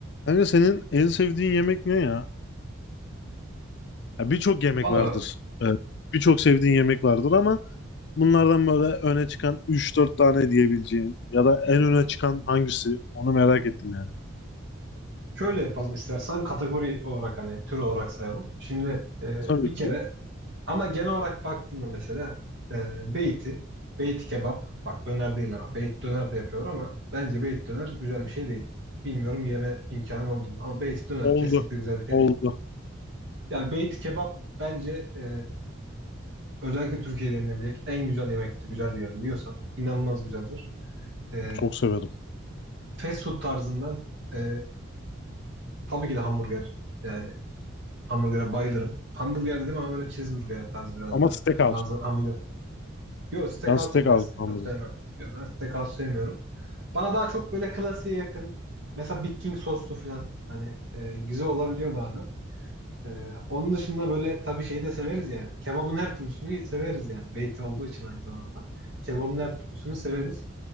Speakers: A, on the left; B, on the right.
A: Kanka senin en sevdiğin yemek ne ya? Ya birçok yemek
B: Valla
A: vardır. Evet. Birçok sevdiğin yemek vardır ama bunlardan böyle öne çıkan üç dört tane diyebileceğin ya da en öne çıkan hangisi? Onu merak ettim yani.
B: şöyle yapalım istersen kategori olarak hani tür olarak sayalım. Şimdi e,
A: Tabii
B: bir
A: ki
B: kere ama genel olarak baktığında mesela e, beyti, beyti kebap bak döner değil ama beyt döner de yapıyor ama bence beyt döner güzel bir şey değil. Bilmiyorum yeme imkanı oldu mu ama beyt döner
A: oldu.
B: kesinlikle güzel bir şey
A: Oldu.
B: değil. Yani beyti kebap bence e, özellikle Türkiye'de yenilebilecek en güzel yemektir. Güzel bir yerde yiyorsan inanılmaz güzeldir. E,
A: Çok severim.
B: fast food tarzından e, tabii ki de hamburger. Yani Hamburger'e bayılırım. Hamburger dedim ama böyle cheeseburger tarzı biraz
A: Ama
B: daha.
A: steakhouse.
B: Hani bazı hamburger. Yok steakhouse
A: Ben steakhouse
B: değil, ben steakhouse
A: hamburger.
B: sevmem. Yok ben steakhouse sevmiyorum. Bana daha çok böyle klasiğe yakın. Mesela Big King soslu falan. Hani e, güzel olabiliyor bazen. E, onun dışında böyle tabii şeyi de severiz yani. Kebabın her türlüsünü severiz yani. Beyti olduğu için aynı zamanda. Kebabın her türlüsünü severiz.